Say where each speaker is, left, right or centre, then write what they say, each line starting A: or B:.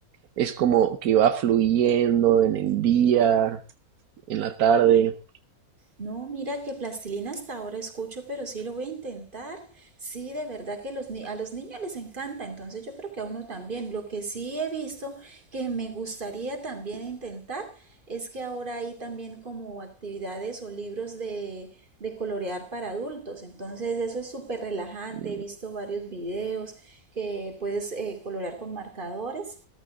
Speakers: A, on the right; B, on the right.
A: es como que va fluyendo en el día, en la tarde.
B: No, mira que plastilina hasta ahora escucho, pero sí lo voy a intentar. Sí, de verdad que los ni- a los niños les encanta, entonces yo creo que a uno también. Lo que sí he visto que me gustaría también intentar es que ahora hay también como actividades o libros de, de colorear para adultos. Entonces eso es súper relajante.
A: Mm,
B: He visto varios videos que puedes eh, colorear con marcadores.